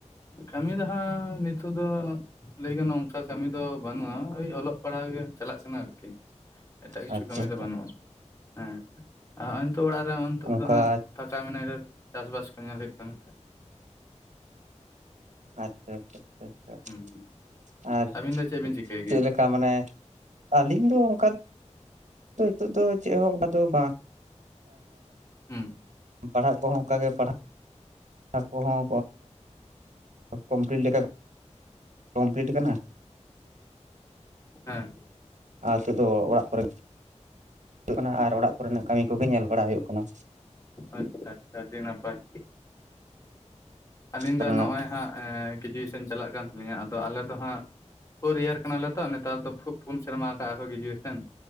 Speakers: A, on the left (about 30°); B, on the right (about 85°).
A: ᱠᱟᱹᱢᱤ ᱫᱚ ᱦᱟᱸᱜ ᱱᱤᱛᱳᱜ ᱫᱚ ᱞᱟᱹᱭ ᱜᱟᱱᱚᱜᱼᱟ ᱚᱱᱠᱟ ᱠᱟᱹᱢᱤ ᱫᱚ ᱵᱟᱹᱱᱩᱜᱼᱟ ᱳᱭ ᱚᱞᱚᱜ ᱯᱟᱲᱦᱟᱣ ᱜᱮ ᱪᱟᱞᱟᱜ ᱠᱟᱱᱟ ᱟᱨᱠᱤ ᱮᱴᱟᱜ ᱠᱤᱪᱷᱩ
B: ᱟᱪᱪᱷᱟ
A: ᱠᱟᱹᱢᱤ
B: ᱟᱪᱪᱷᱟ
A: ᱫᱚ ᱵᱟᱹᱱᱩᱜᱼᱟ ᱦᱮᱸ ᱟᱨᱜ ᱱᱚᱜᱼᱚᱭ ᱱᱤᱛᱳᱜ ᱚᱲᱟᱜ ᱨᱮ ᱱᱤᱛᱳᱜ
B: ᱚᱱᱠᱟ
A: ᱫᱚ ᱦᱟᱸᱜ ᱯᱷᱟᱸᱠᱟ ᱢᱮᱱᱟᱭ ᱨᱮ ᱪᱟᱥ-ᱵᱟᱥ ᱠᱚ ᱧᱮᱞ ᱦᱩᱭᱩᱜ ᱠᱟᱱᱟ᱾
B: ᱟᱪᱪᱷᱟ ᱟᱪᱪᱷᱟ ᱟᱪᱪᱷᱟ ᱟᱪᱪᱷᱟ
A: ᱦᱩᱸ
B: ᱟᱨ
A: ᱟᱹᱵᱤᱱ ᱫᱚ ᱪᱮᱫ ᱵᱤᱱ ᱪᱤᱠᱟᱹᱭ ᱜᱮᱭᱟ
B: ᱪᱮᱫ ᱞᱮᱠᱟ? ᱚᱱᱠᱟ ᱢᱟᱱᱮ ᱟᱹᱞᱤᱧ ᱫᱚ ᱚᱱᱠᱟ ᱛᱚ ᱱᱤᱛᱚᱜ ᱫᱚ ᱪᱮᱫ ᱦᱚᱸ ᱟᱫᱚ ᱵᱟᱝ
A: ᱦᱩᱸ
B: ᱯᱟᱲᱦᱟᱜ ᱠᱚᱦᱚᱸ ᱚᱱᱠᱟᱜᱮ ᱯᱟᱲᱦᱟᱜ ᱠᱚᱦᱚᱸ ᱠᱚᱢᱯᱞᱤᱴ ᱞᱮᱠᱟ ᱠᱚᱢᱯᱞᱤᱴ ᱠᱟᱱᱟ <inaudible>
A: ᱦᱮᱸ
B: ᱟᱫᱚ ᱫᱚ ᱚᱲᱟᱜ ᱠᱚᱨᱮ <unintelligible> ᱟᱨ ᱚᱲᱟᱜ ᱠᱚᱨᱮᱱᱟᱜ ᱠᱟᱹᱢᱤ ᱠᱚᱜᱮ ᱧᱮᱞ ᱵᱟᱲᱟ ᱦᱩᱭᱩᱜ ᱠᱟᱱᱟ
A: ᱟᱪᱪᱷᱟ ᱟᱪᱪᱷᱟ ᱟᱹᱰᱤ ᱱᱟᱯᱟᱭ ᱟᱹᱞᱤᱧ
B: ᱠᱚᱨᱮᱱᱟᱜ
A: ᱫᱚ ᱱᱚᱜᱼᱚᱭ ᱦᱟᱸᱜ ᱜᱨᱮᱡᱩᱭᱮᱥᱚᱱ ᱪᱟᱞᱟᱜ ᱠᱟᱱ ᱛᱟᱹᱞᱤᱧᱟ ᱟᱫᱚ ᱟᱞᱮ ᱫᱚ ᱦᱟᱸᱜ ᱯᱷᱳᱨ ᱤᱭᱟᱨ ᱠᱟᱱᱟᱞᱮ ᱛᱚ ᱱᱮᱛᱟᱨ ᱫᱚ ᱯᱷᱩ ᱯᱩᱱ ᱥᱮᱨᱢᱟ ᱠᱟᱜᱼᱟ ᱠᱚ ᱜᱨᱮᱡᱩᱭᱮᱥᱮᱱ